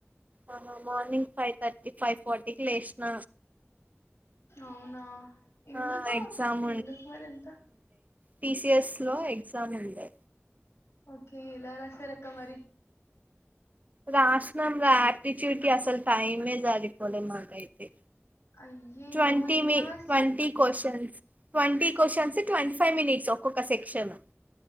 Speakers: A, on the right (about 35°); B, on the left (about 75°).
A: ఆ మార్నింగ్ ఫైవ్ థర్టీ ఫైవ్ ఫార్టీకి లేసిన
B: అవునా ఎందుకు
A: ఆ ఎగ్జామ్
B: ఎందుకు మరి ఇంత
A: టి సిఎస్ లో ఎగ్జామ్ ఉండె
B: ఓకే ఎలారాసా సరెక మరి
A: రాసినం ఆటిట్యూడ్కి అసలు టైమే సరిపోలె మాకైతే
B: అయ్యయ్యో
A: ట్వంటీ
B: ఎన్ని
A: మీ
B: hours
A: twenty questions twenty questions twenty five minutes ఒక్కొక్క సెక్షన్